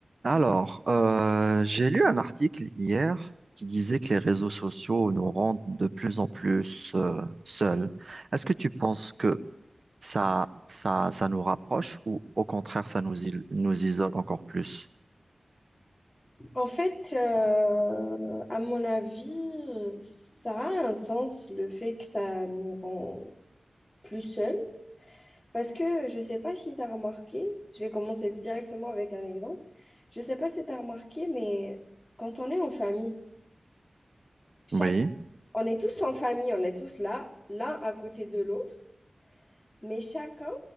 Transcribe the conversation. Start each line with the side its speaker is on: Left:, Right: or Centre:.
Right: Alors, euh, j'ai lu un article hier qui disait que les réseaux sociaux nous rendent de plus en plus euh, seuls. Est-ce que tu penses que ça, ça, ça nous rapproche ou au contraire, ça nous, il- nous isole encore plus?
Left: En fait, euh, à mon avis, ça a un sens le fait que ça nous rend plus seuls. Parce que je ne sais pas si tu as remarqué, je vais commencer directement avec un exemple. Je ne sais pas si tu as remarqué, mais quand on est en famille, chaque...
Right: Oui,
Left: on est tous en famille, on est tous là, l'un à côté de l'autre, mais chacun